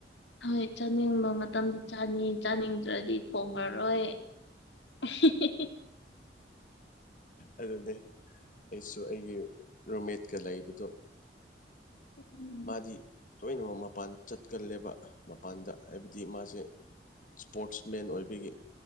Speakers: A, on the left; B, on the left.
A: ꯍꯣꯏ ꯆꯥꯅꯤꯡꯕ ꯃꯇꯝꯗ ꯆꯥꯅꯤ ꯆꯥꯅꯤꯡꯗ꯭ꯔꯗꯤ ꯊꯣꯡꯉꯥꯔꯣꯏ <unintelligible>
B: ꯑꯗꯨꯅꯦ ꯑꯩꯁꯨ ꯑꯩꯒꯤ ꯔꯣꯃꯦꯠꯀ ꯂꯩꯕꯗꯣ
A: ꯎꯝ ꯎꯝ
B: ꯃꯥꯗꯤ ꯇꯣꯏꯅꯃꯛ ꯃꯄꯥꯟ ꯆꯠꯀꯜꯂꯦꯕ ꯃꯄꯥꯟꯗ ꯍꯥꯏꯕꯗꯤ ꯃꯥꯁꯦ ꯏꯁꯄꯣꯔꯠꯁ ꯃꯦꯟ ꯑꯣꯏꯕꯒꯤ